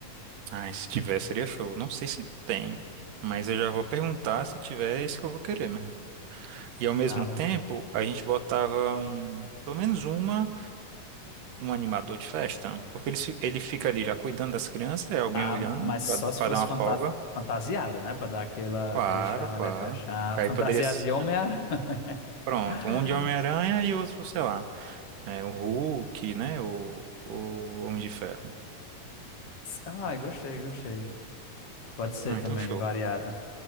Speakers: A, on the right; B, on the left.
A: Ah, se tiver, seria show. Não sei se tem, mas eu já vou perguntar se tiver, é isso que eu vou querer mesmo. E ao mesmo
B: Ah, vamos
A: tempo,
B: ver.
A: a gente botava um, pelo menos uma, um animador de festa, porque ele, se- ele fica ali já cuidando das crianças, é alguém
B: Ah,
A: olhando
B: mas só se
A: para
B: fosse
A: dar uma
B: fanta-
A: folga.
B: fantasiado, né, para dar aquela,
A: Claro,
B: aquele charme
A: claro.
B: ali para achar.
A: Aí
B: Fantasiado
A: poderia. s-
B: de Homem-Aranha. <laughs>
A: Pronto, um de Homem-Aranha e outro, sei lá. É, o Hulk, né? O, o Homem de Ferro.
B: Ai, gostei, gostei. Pode ser
A: Ah,
B: também,
A: então show.
B: variado.